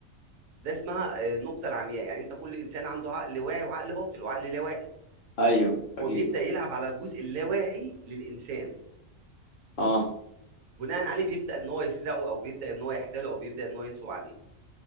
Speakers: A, on the right (about 80°); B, on the left (about 55°).
A: ده اسمها آه، النقطه العمياء يعني انت كل انسان عنده عقل واعي وعقل باطل وعقل لا واعي
B: ايوه اكيد
A: هو بيبدا يلعب على الجزء اللاواعي للانسان
B: اه
A: بناء عليه بيبدا ان هو يسرقه او بيبدا ان هو يحتاله او بيبدا ان هو ينصب عليه